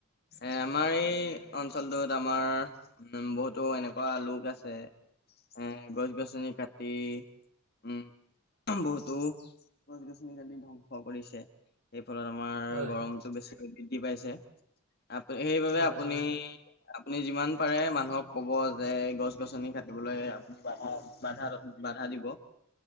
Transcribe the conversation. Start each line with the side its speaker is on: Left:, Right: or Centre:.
Left: এ আমাৰ এই অঞ্চলটোত আমাৰ উম, বহুতো এনেকুৱা লোক আছে এ গছ-গছনি কাটি উম, বহুতো গছ-গছনি কাটি ধং স কৰিছে, সেই ফলত আমাৰ
Right: হয়
Left: গৰমতটো
Right: হয়।
Left: বেছিকৈ বৃদ্ধি পাইছে। আপ, সেইবাবে
Right: হয়
Left: আপুনি
Right: হয়
Left: আপুনি যিমান পাৰে মানুহক ক'ব যে গছ গছনি কাটিবলৈ বাধা, বাধা, বাধা, দিব।